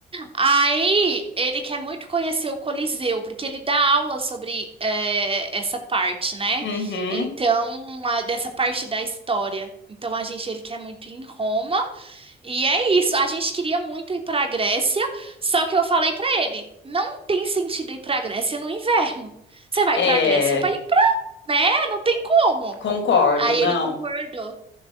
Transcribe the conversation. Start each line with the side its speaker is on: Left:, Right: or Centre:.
Right: Aí ele quer muito conhecer o Coliseu, porque ele dá aula sobre eh, essa parte, né?
Left: Uhum.
Right: Então, a- dessa parte da história. Então, a gente, ele quer muito ir em Roma, e é isso. A gente queria muito ir para a Grécia, só que eu falei para ele: não tem sentido ir para a Grécia no inverno. Você vai
Left: É,
Right: para a Grécia para ir pra, né? Não tem como.
Left: concordo,
Right: Aí
Left: não.
Right: ele concordou.